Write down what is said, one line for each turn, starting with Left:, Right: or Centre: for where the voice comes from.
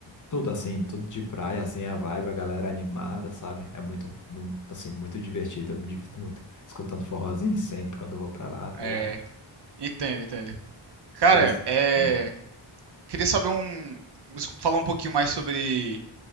Left: tudo, assim, tudo de praia, assim, a vibe, a galera animada, sabe? É muito, mu- assim, muito divertido, eu me divirto muito, escutando forrozinho sempre quando eu vou pra lá, tá
Right: É.
Left: ligado?
Right: Entendo, entendo. Cara,
Left: E você...
Right: é.
Left: hum.
Right: Queria saber um. falar um pouquinho mais sobre.